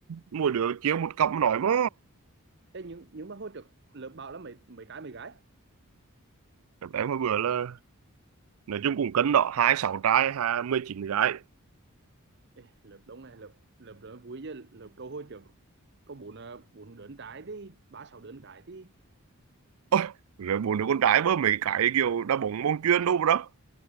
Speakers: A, on the right; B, on the right.
A: mỗi đứa chiếu một cặp mà nói mà
B: Ê, nhưng nhưng mà hồi trước lớp bảo là mấy mấy cái mấy gái
A: em hồi bữa là nói chung cũng cân đó hai sáu trai hai mười chín gái
B: Ê, lượt đông này lượt lượt đó vui chứ lượt câu hồi trước có bốn à, bốn đớn trái đi ba sáu đớn trái đi
A: Ôi, rồi bốn đứa con trai bơ mấy cái kiểu đá bóng bóng chuyền đâu đó